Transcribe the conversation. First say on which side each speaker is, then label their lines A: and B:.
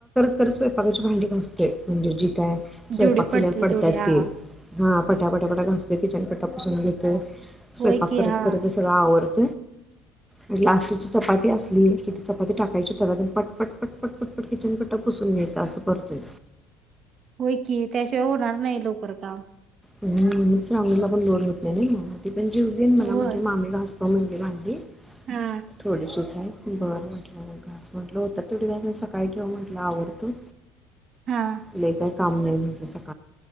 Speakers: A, in the centre; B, on the right.
A: ख स्यपाकाची भांडी घ असते म्हणजे ज का स्वयक
B: जेवढी
A: केल्या
B: पडतील
A: पडतात
B: तेवढी हा,
A: ते हा पटाफटा पटा घासतो किचन. तपासून ते स्वयंपाक
B: होय की
A: करत
B: हा.
A: करत अस आवडत. लास्टची चपाती असली की ती चपाती टाकायची वतून पटपट पटपट पटपट किचन कट पुसून घ्यायचा असं करतोय.
B: होय की त्याशिवाय होणार नाही लकर काम
A: ह मांगलीला पण लोड होत नाही ना. पण जीवन मला
B: होय.
A: म्हट मामी घासतो म्हण. म्ही <unintelligible>
B: हा,
A: थोडसचां. बरं म्हटलं न घास म्हटलं होत तडघ मी सकाळी ठेऊ म्हटलं आवडतो.
B: हा.
A: लईभारी काम नाही होतू सा -